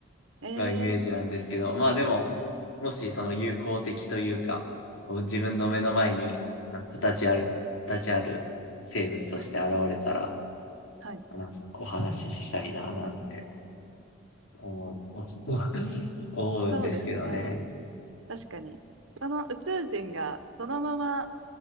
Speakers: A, on the right (about 70°); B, on the left (about 80°).
A: ええ
B: まあ、イメージなんですけど、まあでも、もしその友好的というか、こう自分の目の前に、なんか形ある、形ある生物として現れたら、
A: はい。
B: なんかお話ししたいな、なんて思う、<laughs> 思うんですけどね。
A: そうですね。確かに。その宇宙人が、そのまま